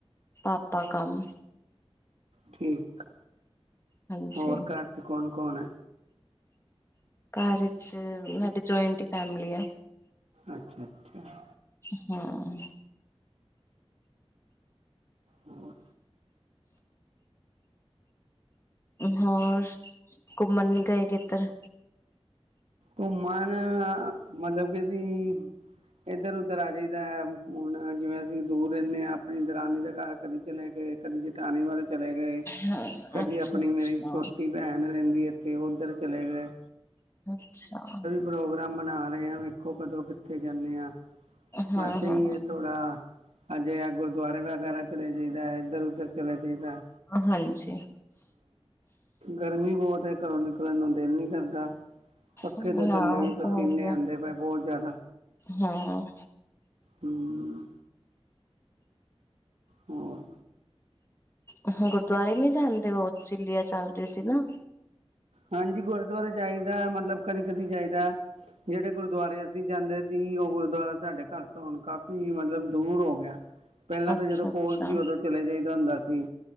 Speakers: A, on the left; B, on the right.
A: ਪਾਪਾ ਕੰਮ
B: ਠੀਕ ਆ,
A: ਹਾਂਜੀ,
B: ਹੋਰ ਘਰ ਚ ਕੌਣ- ਕੌਣ ਐ।
A: ਘਰ ਚ ਵੀ ਸਾਡੀੇ ਜੁਆਇੰਟ ਫੈਮਿਲੀ ਐ
B: ਅੱਛਾ- ਅੱਛਾ ਆ
A: ਅਹਅ।
B: ਹੋਰ
A: ਹੋਰ, ਘੁੰਮਣ ਨੀ ਗਏ ਕਿਧਰ।
B: ਘੁਮਨ ਮਤਲਬ ਬੀ। ਏਧਰ- ਉੱਧਰ ਆਜੀ ਦਾ, ਹੁਣ ਜਿਵੇਂ ਅਸੀਂ ਦੂਰ ਰੈਂਦੇ ਆ ਆਪਣੀ ਦਰਾਨੀ ਦਾ ਘਰ ਕਦੇ ਚਲੇ ਗੇ। ਕਦੀ ਜਠਾਣੀ ਅਲ ਚਲੇ ਗਏ,
A: ਹਾਂ,
B: ਕਦੀ
A: ਅੱਛਾ,
B: ਅਪਣੀ
A: ਅੱਛਾ,
B: ਮੇਰੀ ਛੋਟੀ। ਭੈਣ ਰੈਂਦੀ ਏਥੇ, ਔਧਰ ਚਲੇ ਗੇ।
A: ਅੱਛਾ ਅ।
B: ਪ੍ਰੋਗਰਾਮ ਬਣਾ ਰੇ ਆ, ਵੇਖੋ ਕਦੋਂ ਕਿੱਥੇ ਜਾਂਨੇ ਆ।
A: ਹਾਂ,
B: ਬਸ
A: ਹਾਂ,
B: ਏਈ ਏ ਥੋੜਾ, ਅਜੇ ਆ ਗੁਰਦੁਆਰੇ ਵਗੈਰਾ। ਚਲੇ ਜੀ ਦਾ ਇੱਧਰ- ਉਧਰ, ਚਲੇ ਜੀ ਦਾ।
A: ਹਾਂਜੀ।
B: ਗਰਮੀ ਬੋਤ ਏ ਘਰੋਂ ਨਿਕਲਣ ਨੂੰ ਦਿਲ ਨੀ ਕਰਦਾ। ਪੱਖੇ
A: ਹਾਂ
B: ਦੇ ਥੱਲੇ
A: ਉਹ
B: ਵੀ ਪਸੀਨੇ
A: ਤਾਂ ਹੈ ਹੀ ਹੈ,
B: ਆਂਦੇ ਪਏ ਬੋਤ ਜਾਦਾ।
A: ਹੂੰ,
B: ਹਮ, ਹੋ।
A: ਅਹ ਗੁਰਦੁਆਰੇ ਨੀ ਜਾਂਦੇ ਔ, ਚਲੀਆਂ ਸਾਬ ਗਏ ਸੀ ਨਾ।
B: ਹਾਂਜੀ, ਗੁਰਦੁਆਰੇ ਜਾਈਦਾ, ਮਤਲਬ ਕਦੀ -ਕਦੀ ਜਾਈਦਾ। ਜੇੜੇ ਗੁਰਦੁਆਰੇ ਅਸੀਂ ਜਾਂਦੇ ਸੀ, ਔ ਗੁਰਦੁਆਰਾ ਸਾਡੇ ਘਰ ਤੋਂ ਹੁਣ ਕਾਫੀ ਮਤਲਬ ਦੂਰ ਹੋ ਗਿਆ। ਪੈਂਲਾਂ
A: ਅੱਛਾ-ਅੱਛਾ,
B: ਤਾਂ ਜਦੋਂ ਕੋਲ ਸੀ, ਔਦੋਂ ਚਲੇ ਜਾਈਦਾ ਹੋਂਦਾ ਸੀ।